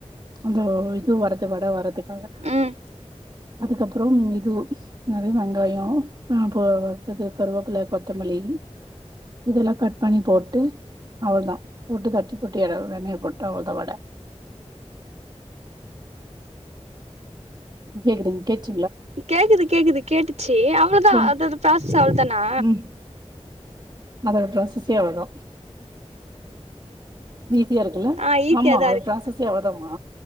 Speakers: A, on the right (about 40°); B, on the right (about 80°).
A: அந்தோ இது வர்றது வட வர்றதுக்காக
B: ம்
A: அதுக்கப்புறோம் இது நெறைய வெங்காயோ அஹ் அப்போ இது கருவேப்பிள்ள கொத்த மல்லி இதெல்லா கட் பண்ணி போட்டு அவ்ள்தா போட்டு தட்டி போட்டு எட வெண்ணயில போட்ட உலுத்தவட கேக்குதுங் கேட்ச்சி
B: கேக்குது கேக்குது கேட்டுச்சி அவ்ளோதா
A: சொல்லுங்
B: அதோட பராசஸ் அவ்ளோதானா
A: ம் அதோட ப்ராசஸே அவ்ளோதா ஈஸியா இருக்குல்ல
B: ஆ ஈஸியா
A: ஆமா
B: தா
A: அது
B: இருக்கு
A: ப்ராசஸே எவ்வளதாமா